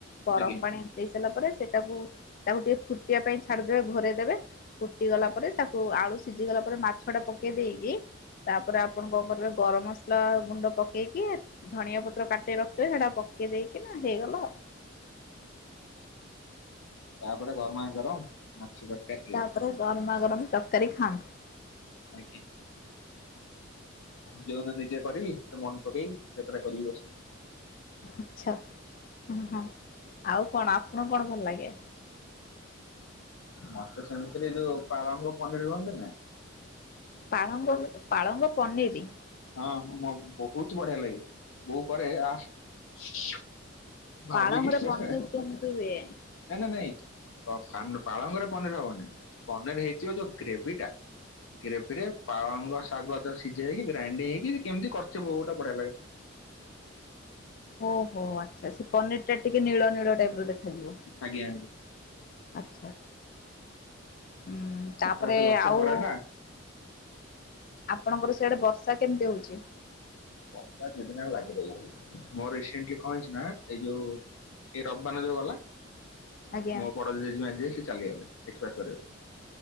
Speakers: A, on the left; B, on the left.
A: ଗରମ
B: ଆଜ୍ଞା
A: ପାଣି ଦେଇ ସାରିଲା ପରେ ସେଟାକୁ ତାକୁ ଟିକେ ଫୁଟିବା ପାଇଁ ଛାଡିଦେବେ ଘୋରେଇ ଦେବେ। ଫୁଟି ଗଲା ପରେ, ତାକୁ ଆଳୁ ସିଝି ଗଲା ପରେ ମାଛ ଟା ପକେଇ ଦେଇକି ତାପରେ ଆପଣ କଣ କରିବେ ଗରମ ମସ ଲା ଗୁଣ୍ଡ ପକେଇକି ଧଣୀଆ ପତ୍ର କାଟେ ରଖିଥିବେ ସେଟା ପକେଇ ଦେଇକି ନା ହେଇଗଲା ଆଉ।
B: ତାପରେ ଗରମା ଗରମ ମାଛୁ ଗୋଟେ।
A: ତାପରେ ଗରମା ଗରମ ତରକାରୀ ଖାଆନ୍ତୁ।
B: ଆଗେ। ଯୋଉ ନିଜେ କରିବି ସେ ମନେ ପକେଇକି ସେତେଟା କରିବି ବସିକି।
A: ଆଛା, ହଁ ହଁ ଆଉ କଣ ଆପଣ କଣ ଭଲ ଲାଗେ?
B: ମତେ ସେମିତିରେ ଯୋଉ ପାଳଙ୍ଗ ପନିର ଅନ୍ତି ନି।
A: ପାଳଙ୍ଗ ହଉଚି ପାଳଙ୍ଗ ପନୀରି।
B: ହଁ ହଁ ମୋ ବହୁତ ବଢିଆ ଲାଗେ ବୋଉ କରେ ଆ। <unintelligible> ଭାବିକି
A: ପାଳଙ୍ଗରେ
B: ସେରା
A: ପନିର
B: ନା
A: କେମିତି ହୁଏ?
B: ନା ନାଇଁ। ପାନ ପାଳଙ୍ଗରେ ପନିର ହବନି, ପନିର ହେଇଥିବ ଯୋଉ ଗ୍ରେଭି ଟା ଗ୍ରେଭିରେ ପାଳଙ୍ଗ ଶାଗ ସିଝେଇକି ଗ୍ରାଇଣ୍ଡି ହେଇକି କେମିତି କରିଚି ବୋଉ ଗୋଟେ ବଢିଆ ଲାଗେ।
A: ଓହୋ, ଆଚ୍ଛା ସେ ପନିର ଟା ଟିକେ ନୀଳ ନୀଳ ଟାଇପ ର ଦେଖାଯିବ।
B: ଆଜ୍ଞା।
A: ଆଚ୍ଛା ଆଛା, ଉଁ
B: ତା
A: ତାପରେ
B: ସହିତ ଲଚ୍ଛା
A: ଆଉ
B: ପରଟା
A: ଆପଣଙ୍କର ସେଆଡେ ବର୍ଷା କେମିତି ହଉଛି?
B: ବର୍ଷା ଦି ଦିନ ହେଲା ଲାଗି ରହିଲାଣି, ମୋର ରେସେଣ୍ଟଲି କଣ ହେଇଛି ନା ଏଇ ଯୋଉ ଏଇ ରବିବାନ ଯୋଉ ଗଲା।
A: ଆଜ୍ଞା
B: ମୋ ବଡ ଜେଜେମା ଯିଏ ସେ ଚାଲିଗଲେ ଏକ୍ସପାୟଡ କରିଗଲେ